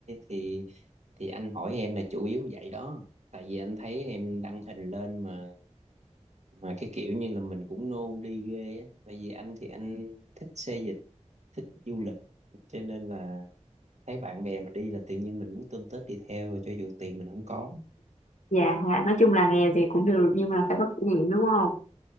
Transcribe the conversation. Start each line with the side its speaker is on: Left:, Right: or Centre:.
Right: thì thì anh hỏi em là chủ yếu vậy đó. Tại vì anh thấy em đăng hình lên mà mà cái kiểu như là mình cũng nôn đi ghê á. Tại vì anh thì anh thích xê dịch, thích du lịch cho nên là thấy bạn bè mà đi là tự nhiên mình muốn tôm tết đi theo rồi cho dù tiền mình không có.
Left: Dạ, nói chung là nghèo thì cũng được nhưng mà phải có kỷ niệm đúng không?